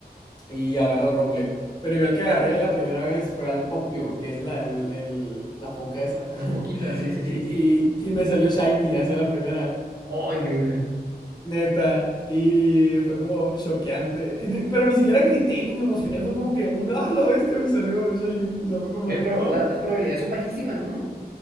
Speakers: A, on the left; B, on the right.
A: y agarra el roble. Pero yo el que agarré la primera vez fue al Poplio, que es la, el- el- la foca esa. <laughs>
B: La foquita, sí, sí,
A: Y,
B: sí.
A: y- y me salió Shiny hacia la primera.
B: Oh, increíble.
A: Neta. Y fue como choqueante. Y ni- Pero ni siquiera grité ni me emocioné. Fue como que un <laughs> ah, la bestia me salió Shiny. O sea, fue como
B: Oye,
A: un
B: pero
A: ah.
B: la- las probabilidades
A: qué-".
B: son bajísimas, ¿no?